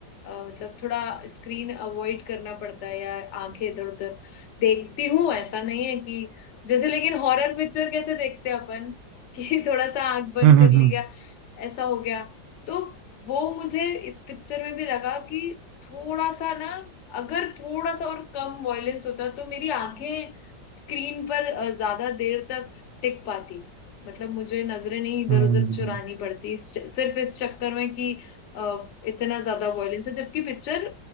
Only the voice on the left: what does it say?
अ, मतलब थोड़ा स्क्रीन अवॉइड करना पड़ता है या आंखें इधर उधर देखती हूँ ऐसा नहीं है कि जैसे लेकिन हॉरर पिक्चर कैसे देखते हैं अपन <laughs> कि थोड़ा सा आंख बंद
कर
लिया
ऐसा हो गया तो वो मुझे इस पिक्चर में भी लगा कि थोड़ा सा ना अगर थोड़ा सा और कम वॉयलेंस होता तो मेरी आंखें स्क्रीन पर अ, ज्यादा देर तक टिक पाती मतलब मुझे नजरें नहीं इधर
उधर चुरानी पड़ती इस, सिर्फ इस चक्कर में कि अ, इतना ज्यादा वॉयलेंस है जबकि पिक्चर